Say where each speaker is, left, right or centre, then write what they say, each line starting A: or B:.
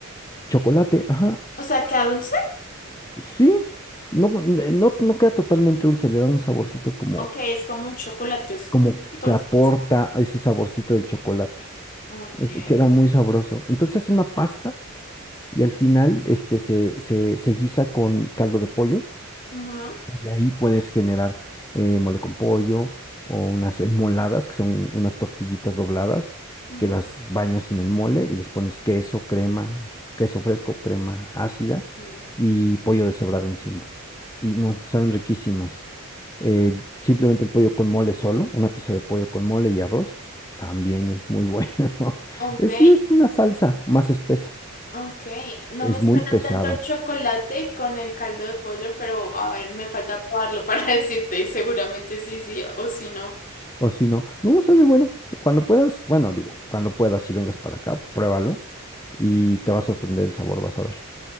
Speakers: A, on the left; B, on the left.
A: Chocolate, ajá.
B: O sea, ¿queda dulce?
A: Sí, no, n- no, no queda totalmente dulce, le da un saborcito como,
B: Ok, es como un chocolate oscuro,
A: como
B: entonces.
A: que aporta a ese saborcito del chocolate.
B: Ok.
A: este, queda muy sabroso. Entonces es una pasta y al final este, se, se, se guisa con caldo de pollo.
B: Ujú,
A: Y ahí puedes generar eh, mole con pollo o unas enmoladas, que son unas tortillitas dobladas,
B: ujú,
A: que las bañas en el mole y les pones queso, crema, queso fresco, crema ácida
B: sí.
A: y pollo deshebrado encima. Y no, saben riquísimas. El- simplemente el pollo con mole solo, una pieza de pollo con mole y arroz, también
B: Ujú.
A: es muy bueno. <laughs>
B: Ok,
A: Es, sí, es una salsa más espesa,
B: Ok, no
A: es
B: me suena
A: muy pesada.
B: tanto el chocolate con el caldo de pollo, pero a ver, me falta probarlo para <laughs> decirte y seguramente sí, sí o sí no.
A: O si no, no sabe, bueno, cuando puedas, bueno, digo, cuando puedas y vengas para acá, pruébalo y te va a sorprender el sabor, vas a ver.